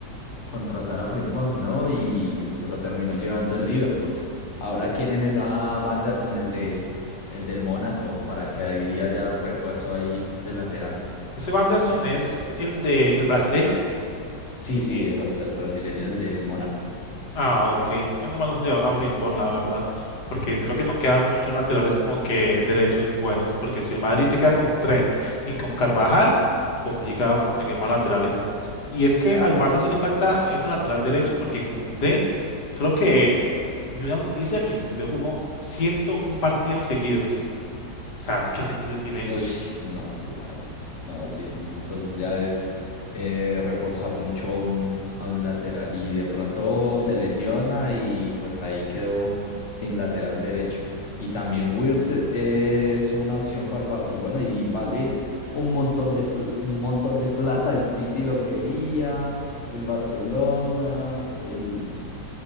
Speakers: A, on the left (about 45°); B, on the left (about 70°).
A: contratar a Frimpong, ¿no? Y se lo terminó llevando el Liverpool. Ahora quieren esa Wanderson, el de, el del Mónaco, para que ahí haya refuerzo ahí de lateral.
B: Ese Wanderson es el de el brasileño.
A: Sí, sí, exacto, el brasileño, el del Mónaco.
B: Ah, ok. Bueno, más no se llevan a Frimpón, la verdad. Porque creo que no quedan muchos laterales como que derechos buenos. Porque si el Madrid se queda con Trent y con Carvajal, complicado conseguir más laterales. Y es que al Barça sí le falta ese lateral derecho porque Koundé, creo que vi una noticia que Koundé jugó 101 partidos seguidos. O sea, ¿qué sentido tiene eso?
A: Uy, no, claro. No, sí, no, eso ya es eh, reforzar mucho a un, a un lateral y de pronto se lesiona y pues ahí quedó sin lateral derecho. Y también Wirtz eh, es una opción para el Barcelona y vale un montón de, pl- un montón de plata. El City lo quería, el Barcelona, el,